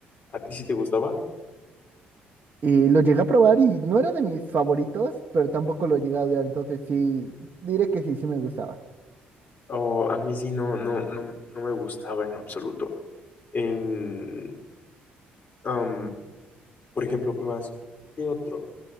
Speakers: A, on the left; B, on the right.
A: ¿A ti sí te gustaba?
B: Y lo llegué a probar y no era de mis favoritos, pero tampoco lo llegué a odiar, entonces sí, diré que sí, sí me gustaba.
A: O a mí sí no, no, no, no me gustaba en lo absoluto. El, am, por ejemplo, ¿qué más? ¿Qué otro?